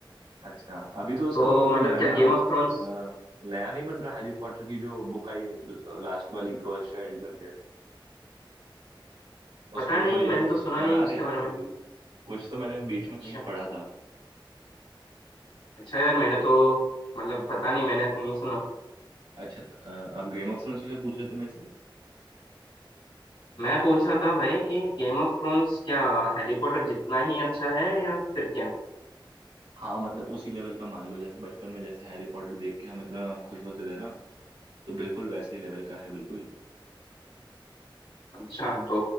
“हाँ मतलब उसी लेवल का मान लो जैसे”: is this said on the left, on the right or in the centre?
Right